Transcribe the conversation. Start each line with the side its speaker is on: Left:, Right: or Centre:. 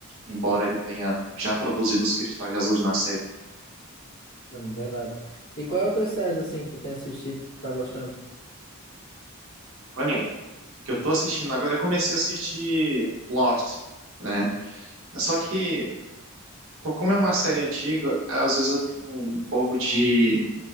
Right: embora ele tenha já produzido os cristais azuis na série.
Left: Não, verdade. E qual é a outra série assim que tu tem assistido que tu tá gostando?
Right: Olha, que eu tô assistindo agora, eu comecei a assistir Lost, né? Só que co- como é uma série antiga, às vezes eu tenho um, um pouco de